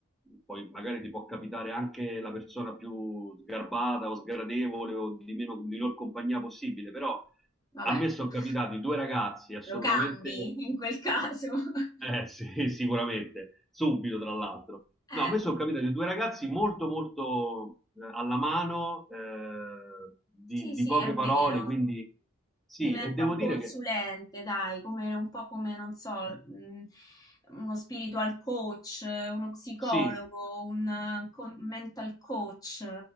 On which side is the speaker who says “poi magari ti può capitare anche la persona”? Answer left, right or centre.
Centre